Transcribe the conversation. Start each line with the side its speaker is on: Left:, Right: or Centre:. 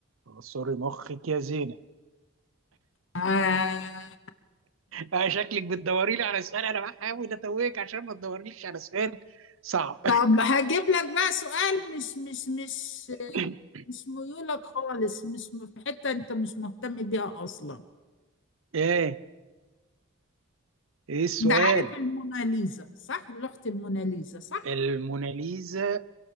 Right: آه. سوري مخك يا زينة
Left: آه،
Right: آه شكلك بتدوري لي على سؤال انا بحاول اتوهك عشان ما تدوريش على سؤال صعب
Left: طب هجيب لك بقى سؤال مش مش مش
Right: <laughs>
Left: مش ميولك خالص مش م- في حتة أنت مش مهتم بيها أصلا
Right: ايه ايه السؤال
Left: أنت عارف الموناليزا صح؟ لوحة الموناليزا صح؟
Right: الموناليزا